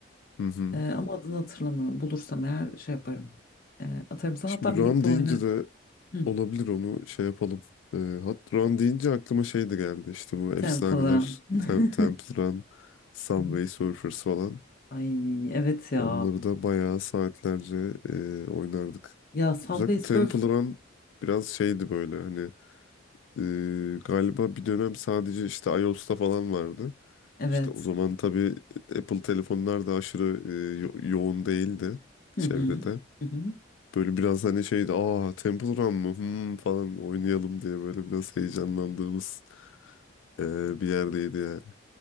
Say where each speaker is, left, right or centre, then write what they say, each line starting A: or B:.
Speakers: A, on the left; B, on the left.
A: Hı hı.
B: Ee, ama adını hatırlamıyorum. Bulursam eğer şey yaparım. Ee, atarım sana.
A: Şimdi
B: Hatta birlikte
A: Run deyince
B: oynarız.
A: de
B: Hı.
A: olabilir onu şey yapalım. Ee, hat Run deyince aklıma şey de geldi. İşte bu efsaneler.
B: Temple Run. <laughs>
A: Tem Temple Run, Subway
B: Hı.
A: Surfers falan.
B: Ay evet ya.
A: Onları da bayağı saatlerce e, oynardık.
B: Ya Subway
A: Özellikle
B: Surf.
A: Temple Run biraz şeydi böyle hani e, galiba bir dönem sadece işte iOS'ta falan vardı.
B: Evet.
A: İşte o zaman tabii Apple telefonlar da aşırı e, yo- yoğun değildi
B: Hı
A: çevrede.
B: hı. Hı hı.
A: Böyle biraz hani şeydi aa Temple Run mı Hmm," falan oynayalım diye böyle biraz heyecanlandığımız e, bir yerdeydi yani.